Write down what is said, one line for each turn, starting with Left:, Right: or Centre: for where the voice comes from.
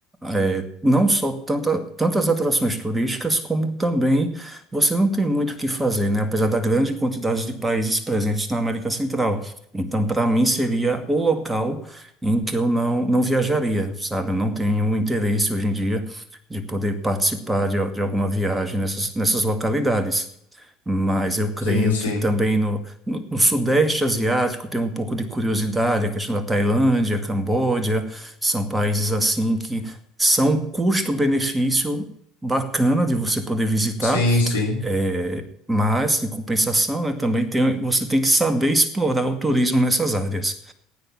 Right: é, não só tanta- tantas atrações turísticas, como também você não tem muito o que fazer, né? Apesar da grande quantidade de países presentes na América Central. Então, para mim, seria o local em que eu não, não viajaria, sabe? Eu não tenho interesse hoje em dia de poder participar de, de alguma viagem nessas, nessas localidades. Mas eu creio
Left: Sim, sim.
Right: que também no, no, no Sudeste Asiático tem um pouco de curiosidade, a questão da Tailândia, Camboja, são países assim que são um custo-benefício bacana de você poder visitar,
Left: Sim, sim.
Right: é, mas, em compensação, né, também tem, você tem que saber explorar o turismo nessas áreas.